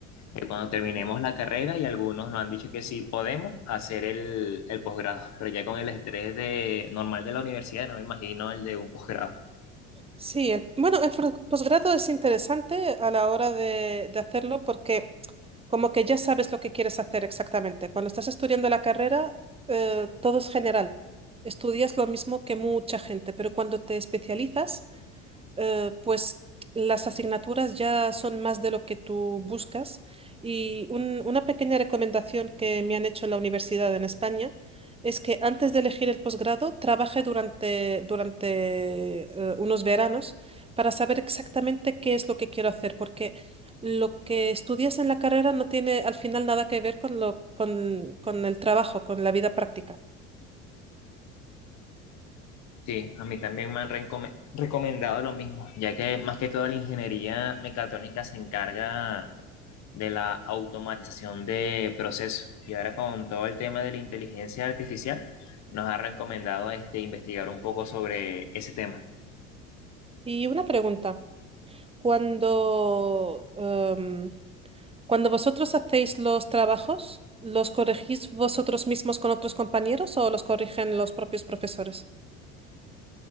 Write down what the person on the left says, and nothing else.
de cuando terminemos la carrera y algunos nos han dicho que sí podemos hacer el, el posgrado, pero ya con el estrés de, normal de la universidad, no me imagino el de un posgrado.
Sí, a mí también me han recome- recomendado lo mismo, ya que más que todo la ingeniería mecatrónica se encarga de la automatización de procesos. Y ahora con todo el tema de la inteligencia artificial, nos ha recomendado este, investigar un poco sobre ese tema.